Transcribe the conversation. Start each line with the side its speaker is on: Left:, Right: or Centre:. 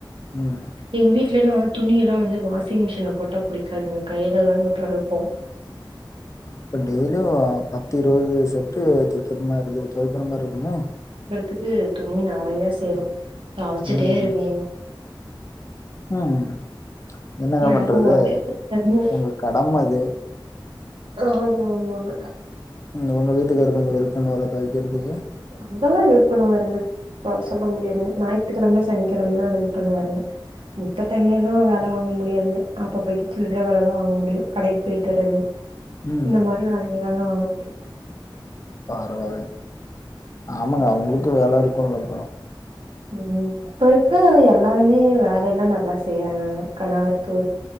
Left: ம்
Right: எங் வீட்லலா துணியலா வந்து வாஷிங் மிஷின்ல போட்டா புடிக்காதுங்க கையிலதாங்க தொவைப்போ
Left: இப்ப டெய்லியு பத்து இருவது செட்டு தெக்கிற மாரி தொவைக்கிற மார்ருக்குமே
Right: துகு துணி நெறையா சேரு தொவச்சிட்டே
Left: ம்
Right: இருக்குணு
Left: ம் என்னங்க
Right: நேரம்
Left: பண்றது
Right: போறதே தெரியாதுங்க
Left: வுங்க கடம அது
Right: ஆமா ஆமாங்க
Left: ம் உங்க வீட்டுக்காரு கொஞ்சோ ஹெல்ப் பண்ணுவாரா தொவைக்கிறதுக்கு
Right: அதெல்லா ஹெல்ப் பண்ணுவாருங்க பா சொல்ல முடியாதுங்க ஞாய்த் த்துக்கெழம சனிக்கெழமைலா ஹெல்ப் பண்ணுவாருங்க முத்த டைம்லே எல்லா வேல வாங்க முடியாதுங்க அப்பப்பய்க்கு சில்ற வேலதா வாங்க முடியு கடைக் போயிட்டு வரது
Left: ம்
Right: இந்த மாரி வேலைங்கலெல்லா வாங்க முடியு
Left: பரவால்லைங் ஆமாங்க அவுங்குளுக்கு வேல இருக்குல்ல அப்பறோ
Right: ம் இப்ப இருக்க எல்லாருமே வேலை எல்லா நல்லா செய்யறாங்கங்க கணவருக்கு